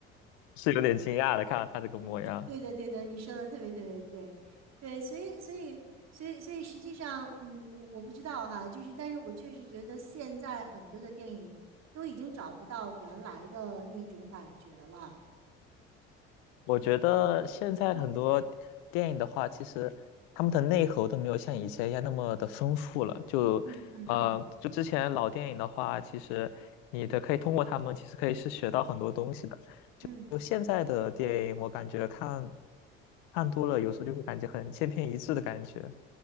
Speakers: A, on the left; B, on the right.
A: 是有点惊讶的，看到他这个模样。
B: 对的，对的，你说的特别特别对，对，所以，所以，所以，所以，实际上，嗯，我我不知道哈，就是，但是我确实觉得现在很多的电影都已经找不到原来的那种感觉了。
A: 我觉得现在很多电影的话，
B: 嗯
A: 其实他们的内核都没有像以前一样那么的丰富了。就呃，
B: 嗯嗯嗯
A: 就之前老电影的话，其实你的可以通过他们，其实可以是学到很多东西的。
B: 嗯，
A: 就现在的电影，我感觉看看多了，有时候就会感觉很千篇一致的感觉。